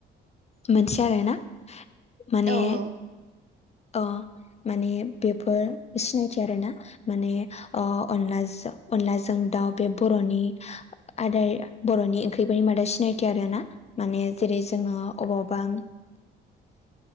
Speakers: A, on the left (about 35°); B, on the right (about 50°).
A: मोनसे आरोना। माने
B: औ औ।
A: अ माने बेफोर सिनायथि आरोना। माने ओ अनलाजो अनलाजों दाउ बे बर'नि आदार बर'नि ओंख्रिफोरनि मादाव सिनायथि आरोना। माने जेरै जोङो अबावबा
B: <unintelligible>